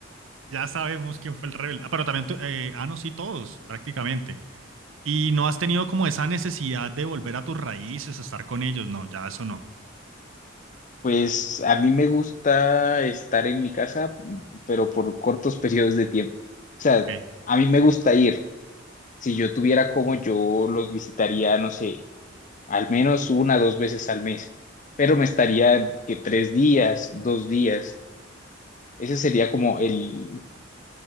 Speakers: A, on the right (about 80°); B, on the left (about 40°).
A: Ya sabemos quién fue el rebelde. Ah, pero también, tú- eh, ah, no, sí, todos, prácticamente. Y no has tenido como esa necesidad de volver a tus raíces, a estar con ellos. No, ya eso no.
B: Pues a mí me gusta estar en mi casa, pero por cortos periodos de tiempo. O sea,
A: Ok.
B: a mí me gusta ir. Si yo tuviera como yo los visitaría, no sé, al menos una dos veces al mes, pero me estaría que tres días, dos días. Ese sería como el,